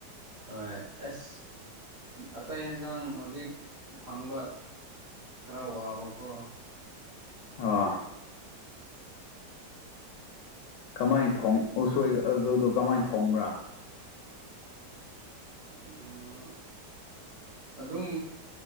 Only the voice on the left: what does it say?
ꯑꯣ ꯀꯃꯥꯏ ꯊꯣꯡ ꯎꯁꯣꯏꯒ ꯑ ꯑꯗꯨꯗꯣ ꯀꯃꯥꯏ ꯊꯣꯡꯕ꯭ꯔꯥ